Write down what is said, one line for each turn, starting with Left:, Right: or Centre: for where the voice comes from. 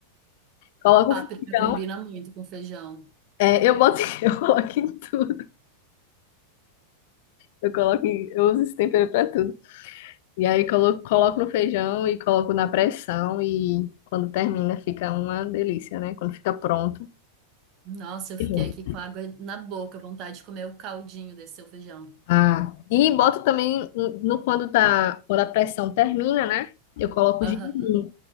Left: Coloco
Right: Páprica
Left: o feijão,
Right: combina muito com feijão.
Left: é, eu boto, <laughs> eu coloco em tudo, eu coloco em- eu uso esse tempero para tudo. E aí coloco, coloco no feijão e coloco na pressão e quando termina fica uma delícia, né? Quando fica pronto.
Right: Nossa, eu
Left: Maravilhoso.
Right: fiquei aqui com água na boca, vontade de comer o caldinho desse seu feijão.
Left: Ah, e boto também no, no- quando tá, quando a pressão termina, né? Eu coloco
Right: Aham.
Left: o gengibre.